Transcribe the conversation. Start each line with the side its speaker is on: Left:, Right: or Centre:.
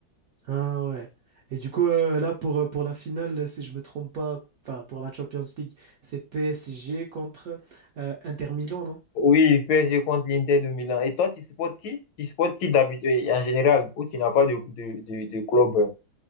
Right: Ah ouais. Et du coup, euh, là, pour, euh, pour la finale, si je me trompe pas, enfin, pour la Champions League, c'est PSG contre euh, Inter Milan, non?
Left: Oui, PSG contre l'Inter de Milan. Et toi, tu supportes qui? Tu supportes qui d'habitude euh, en général ou tu n'as pas de, de, de, de club? euh.